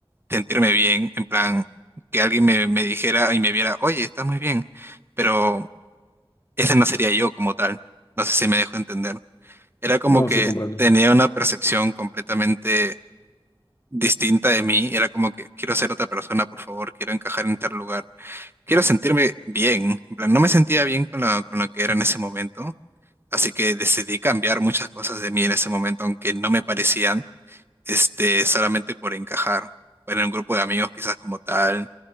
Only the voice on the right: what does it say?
sentirme bien, en plan, que alguien me, me dijera y me viera, oye, estás muy bien, pero ese no sería yo como tal. No sé si me dejo entender. Era como
que
tenía una percepción completamente distinta de mí, era como que quiero ser otra persona, por favor, quiero encajar en tal lugar, quiero sentirme bien, en plan, no me sentía bien con la, con lo que era en ese momento, así que decidí cambiar muchas cosas de mí en ese momento, aunque no me parecían, este, solamente por encajar, en un grupo de amigos quizás como tal,